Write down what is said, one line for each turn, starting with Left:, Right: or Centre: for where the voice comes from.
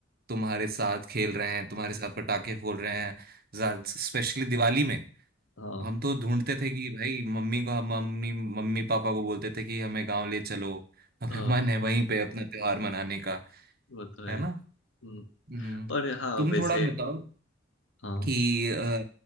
Right: तुम्हारे साथ
Left: हाँ
Right: खेल रहे हैं तुम्हारे साथ पटाखे फोड़ रहे हैं स्पेशली दिवाली में
Left: हाँ
Right: हम तो ढूंढते थे कि भाई मम्मी को हम मम्मी मम्मी पापा को बोलते थे कि हमें गांव ले चलो हमें
Left: हाँ
Right: मन है वहीं पे अपना त्योहार मनाने का
Left: वो तो है
Right: है ना
Left: हम्म,
Right: हम्म
Left: और हाँ
Right: तुम
Left: वैसे
Right: थोड़ा बताओ
Left: हाँ
Right: कि अ,